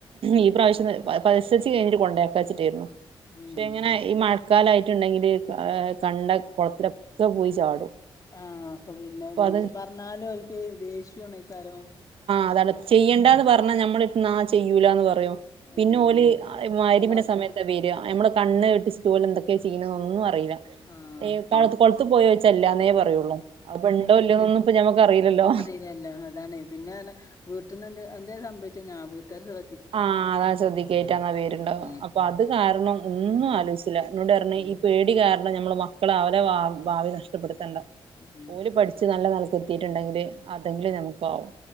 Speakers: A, on the left; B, on the right.
A: ആഹ്
B: ഈ പ്രാവശ്യം പ പ എസെൽസി കഴിഞ്ഞിട്ട് കൊണ്ടേക്കാച്ചിട്ടേര്ന്നു പക്ഷെ
A: ഉം
B: ഇങ്ങനെ ഈ മഴ ക്കാലായിട്ട്ണ്ടെങ്കില് കാ കണ്ട കൊളത്തിലൊക്ക പോയി ചാടും
A: ആഹ് അപ്പൊ പിന്നെ
B: അപ്പൊ
A: പുടിച്ച്
B: അത്
A: പറഞ്ഞാലും ഓല്ക്ക് ദേശ്യോണെ ക്കാരം
B: അതാണ്
A: ഉം
B: ചെയ്യണ്ടാന്ന് പറഞ്ഞ ഞമ്മളെട്ത്ത്ന്ന് ആഹ് ചെയ്യൂലാന്ന് പറയും പിന്നെ
A: ആഹ്
B: ഓല് ആ ഹ് മഹ്രിബിന്റെ
A: നമ്മളെ
B: സമയ ത്തവെരാ ഞമ്മളെ കണ്ണ് വെട്ടിച്ച്ട്ട് ഓല് എന്തൊക്കെ ചെയ്യ്ന്ന്ന്നൊന്നും അറിയൂല
A: ആഹ്
B: ഏഹ് കാളത്ത് കൊളത്ത് പോയോയ്ച്ച ഇല്ലാന്നേ പറയുള്ളൂ അപ്പൊ ഇണ്ടോ ഇല്ലോനൊന്നും ഇപ്പൊ ഞമ്മക്ക് അറിയില്ലല്ലോ
A: യെല്ല അതാണേ പിന്നെറഞ്ഞ വീട്ട്ന്ന് എന്ത്‌ എന്തേലും സംഭവിച്ചഴിഞ്ഞ ആഹ് വീട്ടേര് ശ്ര
B: ആഹ് അതാ ശ്രദ്ധിക്കേയ്റ്റാന്നാ പേര്ണ്ടാവ
A: ഉം
B: അപ്പൊ അത് കാരണം ഒന്നും ആലോയ്ച്ചില്ല ന്നോട് റഞ്ഞ്
A: ഉം
B: ഈ പേ ടി കാരണം ഞമ്മള് മക്കളെ അവരെ ഭാ ഭാവി നഷ്ടപ്പെട്ത്തണ്ട
A: ഉം
B: ഓല് പഠി ച്ച് നല്ല നെലക്ക് എത്തിട്ട്ണ്ടെങ്കില് അതെങ്കിലും ഞമുക്ക് ആവും